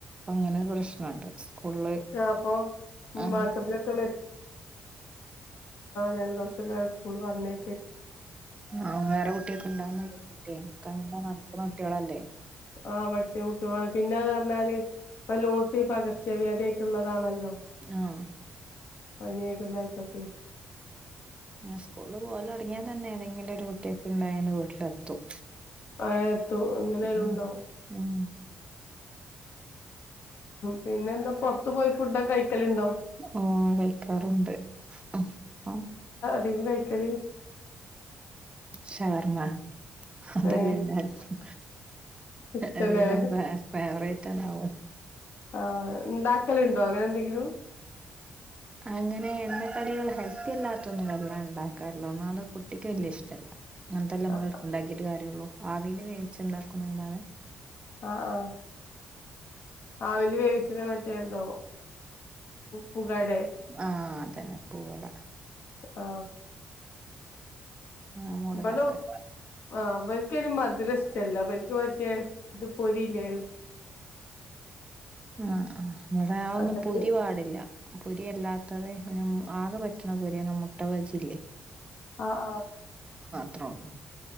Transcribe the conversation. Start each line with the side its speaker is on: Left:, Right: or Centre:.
Right: അങ്ങനോരു പ്രശ്നം സ്കൂളിൽ
Left: ആഹ് അപ്പൊ ഉം
Right: ആ
Left: വാട്സപ്പിലൊക്കെ <inaudible> സന്തോഷം അല്ലെ സ്ക്കൂൾക്കു പറഞ്ഞെ
Right: ആ വെറെ കുട്ടിയോൾക്ക് ഉണ്ടോ <inaudible> ഒകെ അങ്ങനെ നടക്കുന്ന കുട്ടികളല്ലെ
Left: ആ പഠിച്ച കുട്ടികളാണ് പിന്നാന്ന് പറഞ്ഞാല് ഇപ്പ ലോകത്തി പകർച്ച വ്യയാതിട്ട്ള്ളതാണല്ലോ ഉം
Right: ആഹ്
Left: പനിയായി തിന്നയിട്ടോക്കെ
Right: സ്കൂളിൽ പോവൽ തുടങ്ങിയാ തന്നെ ഏതെങ്കിലും ഒരു കുട്ടിയക്ക് ഉണ്ടായന്ന വീട്ടിലെത്തും
Left: ആ എത്തു എങ്ങനായാലും
Right: ഉം
Left: ഉണ്ടാവും
Right: ഉം
Left: പിന്നെ എന്താ പൊറത്ത് പോയി ഫുഡൊക്കെ കഴിക്കലുണ്ടോ
Right: ഓ വെക്കാറുണ്ട് അ ആ
Left: ധികും കഴിക്കല്
Right: ഷവർമ്മ അതല്ലെ
Left: ഏഹ്
Right: എല്ലാർക്കും
Left: ഇഷ്ടല്ലേ
Right: ഒരുവിതം ഫേ ഫെവ റൈ റ്റ <unintelligible>
Left: ആ ഉണ്ടാക്കലുണ്ടോ അങ്ങനെ എന്തെങ്കി ലും
Right: അങ്ങനെ എണ്ണക്കടികൾ ഹെൽത്തി അല്ലാത്തോന്നും വല്ലാണ്ട് ഉണ്ടാക്കാറില്ല ഒന്നാമത് കുട്ടിക്ക് വല്ലിയ ഇഷ്ട്ടല്ല അങ്ങൻത്തല്ലെ നമ്മൾ
Left: ആഹ്
Right: ഇണ്ടാക്കീട്ട് കാര്യൊള്ളൂ ആവീൽ വേവിച്ച് ഉണ്ടാക്കും ന്ന ല്ലാതെ
Left: അ ആ ആവിൽ വേവി ച്ച്ണ മറ്റേ എന്തോ പുകടെ
Right: ആ അതെ ദന്നെ പ്പൂവട
Left: ആ
Right: ആ മോഡലൊക്കെ
Left: ഇവളും ആ ഇവൽക്കയിന് മതുരം ഇഷ്ടല്ല ഇവല്ക്ക് മറ്റെ ഇത് പൊരില്ലെ
Right: ആ ആ ഇവടെ ആ ഒന്നും
Left: അതൊക്കെ
Right: പൊരി പാടില്ല പൊരിയല്ലാത്തതെ പിന്ന മ് ആകെ പറ്റണ പൊരിയാണ് മുട്ടവജില്ലെ
Left: അ ആ
Right: ത്രള്ളൂ